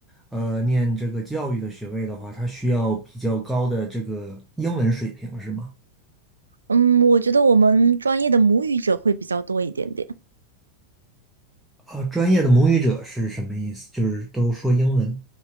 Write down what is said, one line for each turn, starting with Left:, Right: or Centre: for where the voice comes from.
Centre: 呃，念这个教育的学位的话，它需要比较高的这个英文水平，是吗？
Right: 嗯，我觉得我们专业的母语者会比较多一点点。
Centre: 啊，专业的母语者是什么意思？就是都说英文。